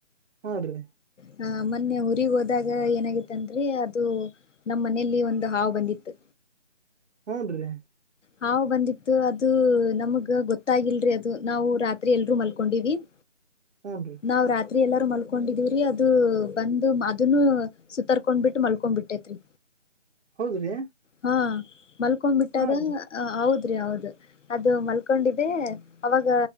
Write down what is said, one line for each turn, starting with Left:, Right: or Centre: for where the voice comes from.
Right: ಹೋದ್ರಿ
Left: ಹ ಮೊನ್ನೆ ಊರಿಗ್ ಹೋದಾಗ ಏನಾಗಿತ್ತಂದ್ರೆ ಅದು ನಮ್ಮ್ ಮನೇಲಿ ಒಂದು ಹಾವು ಬಂದಿತ್ತು
Right: ಹೂ ರಿ
Left: ಹಾವು ಬಂದಿತ್ತು ಅದು ನಮಗ ಗೊತ್ತಾಗಿಲ್ರಿ ಅದು ನಾವು ರಾತ್ರಿ ಎಲ್ರೂ ಮಲ್ಕೊಂಡಿವಿ ಹ
Right: ಹು ರಿ
Left: ನಾವು ರಾತ್ರಿ ಎಲ್ಲರೂ ಮಲ್ಕೊಂಡಿದೀವ್ರೀ ಅದು ಬಂದು ಅದನ್ನು ಸುತ್ತರ್ಕೊಂಡ್ಬಿಟ್ಟು ಮಲ್ಕೊ್ಬಿಟ್ಟೇತ್ರಿ
Right: ಹೌದ್ರಿ..
Left: ಹಾ ಮಲ್ಕೊ್ಬಿಟ್ಟದ
Right: ಹಾ ರೀ
Left: ಹೌದ್ರಿ ಹೌದ ಅದು ಮಲ್ಕೊಂಡಿದ್ದೆ. ಅವಾಗ